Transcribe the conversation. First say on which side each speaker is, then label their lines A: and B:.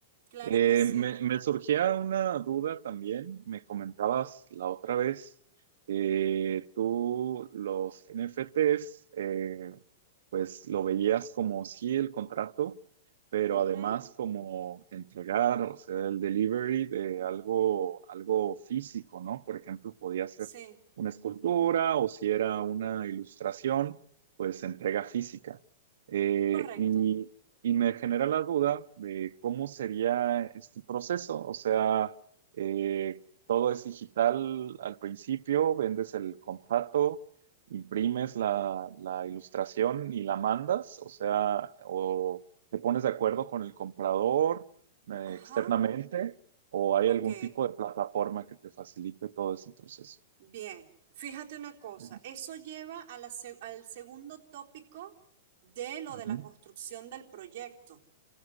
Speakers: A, on the right; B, on the right.
A: claro
B: Eh,
A: que sí.
B: me, me surgía una duda también. Me comentabas la otra vez que tú los NFTs, eh, pues lo veías como sí el contrato, pero
A: Ujú.
B: además como entregar, o sea, el delivery de algo, algo físico, ¿no? Por ejemplo, podía ser
A: Sí,
B: una escultura o si era una ilustración, pues entrega física. Eh,
A: correcto.
B: y y me genera la duda de cómo sería este proceso. O sea, eh, todo es digital al principio, vendes el contrato, imprimes la, la ilustración y la mandas. O sea, o te pones de acuerdo con el comprador eh,
A: Ajá,
B: externamente, o hay
A: ok,
B: algún tipo de plataforma que te facilite todo ese proceso.
A: bien. Fíjate una cosa,
B: Ujú.
A: eso lleva a la se- al segundo tópico de lo de
B: Ujú.
A: la construcción del proyecto.